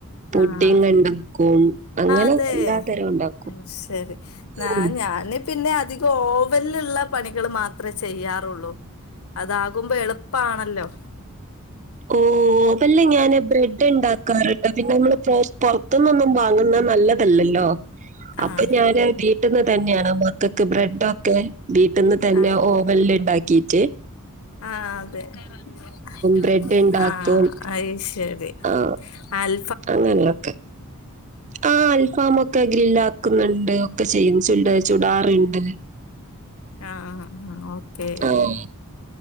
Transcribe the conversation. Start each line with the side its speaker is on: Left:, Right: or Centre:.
Right: പുഡ്ഡിംഗ്ണ്ടാക്കും
Left: ആഹ്
Right: അങ്ങനെ
Left: അതെ
Right: എല്ലാ തരം ഉണ്ടാക്കും
Left: ആഹ് ശരി ന്നാ
Right: ഉം.
Left: ഞാന് പിന്നെ അധികം ഓവൻല്ള്ള പണികൾ മാത്രേ ചെയ്യാറൊള്ളു അതാകുമ്പോ എളുപ്പാണല്ലോ
Right: ഓ ഓവൻല് ഞാന് ബ്രെഡ് ഇണ്ടാക്കാറ്ണ്ട് പിന്നെ നമ്മള് പോസ്റ്റ്‌ പൊറത്ത്ന്നൊന്നും വാങ്ങുന്ന നല്ല തല്ലല്ലോ
Left: ആഹ്
Right: അപ്പൊ ഞാന് വീട്ട്ന്ന് തന്നെയാണ് മക്കൾക്ക് ബ്രെഡൊക്കെ വീട്ട്ന്ന് തന്നെ
Left: ആഹ്
Right: ഓവൻല് ഇണ്ടാക്കിട്ട്
Left: ആഹ് അതെ <unintelligible>
Right: ബ്രെഡ് ഇണ്ടാക്കും
Left: ആഹ് അയ്ശരി
Right: ആഹ്
Left: അൽ
Right: അങ്ങനെയൊക്കെ ആഹ് അൽഫാമൊക്കെ ഗ്രില്ലാക്കുന്നുണ്ട് ഒക്കെ ചെയ്യും ചൊല് ചുടാറുണ്ട്
Left: ആഹ് ആഹ് ആഹ് ഓക്കെ
Right: ആഹ്